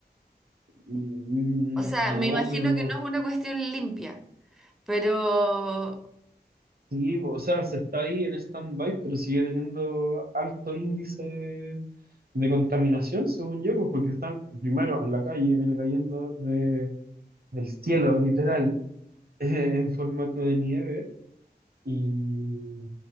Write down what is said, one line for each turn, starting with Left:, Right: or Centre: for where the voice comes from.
Right: Mm,
Centre: o sea,
Right: no,
Centre: me imagino
Right: pero
Centre: que no es una cuestión limpia, pero...
Right: Sí, po, o sea, se está ahí en stand-by, pero sigue teniendo alto índice de contaminación, según yo, pues, porque están primero en la calle, viene cayendo de, del cielo, literal, <laughs> eh, en formato de nieve. Y,